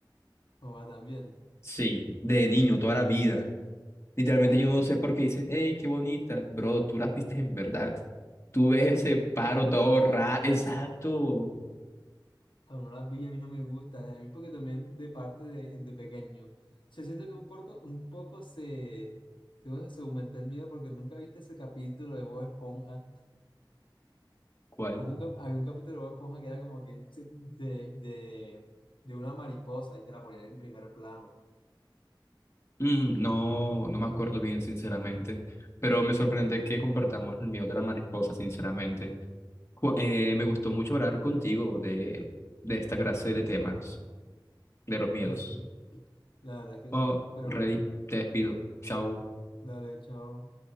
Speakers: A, on the left; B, on the left.
A: O va también,
B: Sí, de niño, toda la vida. Literalmente
A: ya,
B: yo no sé por qué dicen, hey, qué bonita, bro, tú las viste en verdad. Tú ves
A: son
B: ese paro
A: malucas.
B: todo raro. Exacto.
A: Aún no las vi a mí no me gusta a mí porque también de parte de, de pequeño. Se siente que un poco, un poco se, se, cosa, se aumenta el miedo porque nunca viste ese capítulo de Bob Esponja.
B: ¿Cuál?
A: Hubo un cap- había un capítulo de Bob Esponja que era como que se- de, de, de una mariposa y te la ponían en primer plano.
B: Mm, no, no me acuerdo bien, sinceramente. Pero me sorprende que compartamos el mío de la mariposa, sinceramente. Ju- eh, me gustó mucho hablar contigo de, de esta clase de temas, de los miedos.
A: Pues sí, la verdad es que
B: Oh,
A: sí. Pero
B: Rey,
A: bueno,
B: te despido. Chao.
A: dale, chao.